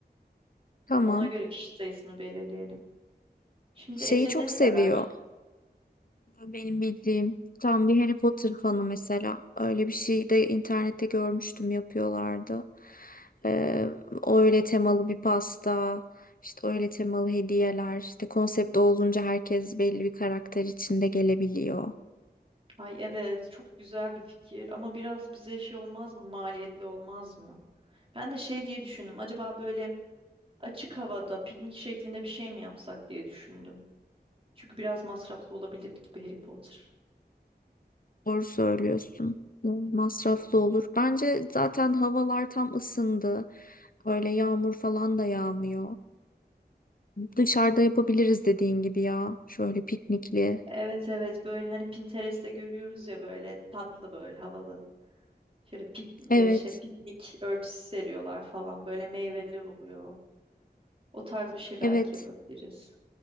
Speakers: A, on the left (about 55°); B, on the right (about 35°).
A: Tamam.
B: Ona göre kişi sayısını belirleyelim. Şimdi
A: Şeyi
B: Ece
A: çok
B: ne sever?
A: seviyor. Benim bildiğim tam bir Harry Potter fanı mesela. Öyle bir şey de internette görmüştüm yapıyorlardı. Ee, öyle temalı bir pasta, işte öyle temalı hediyeler, işte konsept olunca herkes belli bir karakter içinde gelebiliyor.
B: Ay evet çok güzel bir fikir ama biraz bize şey olmaz mı? Maliyetli olmaz mı? Ben de şey diye düşündüm. Acaba böyle açık havada piknik şeklinde bir şey mi yapsak diye düşündüm. Çünkü biraz masraflı olabilir gibi Harry Potter.
A: Doğru söylüyorsun. Masraflı olur. Bence zaten havalar tam ısındı. Böyle yağmur falan da yağmıyor. Dışarıda yapabiliriz dediğin gibi ya. Şöyle piknikli.
B: Evet evet böyle hani Pinterest'te görüyoruz ya böyle tatlı böyle havalı. Şöyle pik,
A: Evet,
B: e, şey, piknik örtüsü seriyorlar falan. Böyle meyveler oluyor. O tarz bir şey belki
A: evet.
B: yapabiliriz.